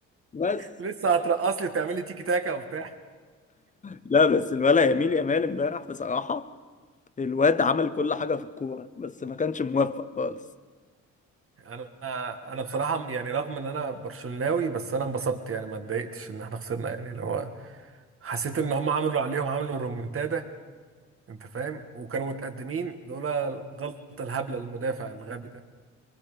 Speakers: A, on the left; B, on the right.
A: بس
B: لسه هترقص لي وتعمل لي تيكي تاكا وبتاع
A: لا بس الولا يميل يامال امبارح بصراحه الواد عمل كل حاجة في الكورة بس ما كانش موفق خالص
B: انا انا بصراحه يعني رغم ان انا برشلوناوي بس انا انبسطت يعني ما اتضايقتش ان احنا خسرنا يعني لو حسيت ان هم عملوا عليهم عملوا الرومنتادا انت فاهم وكانوا متقدمين لولا الغلطه الهبله المدافع الغبي ده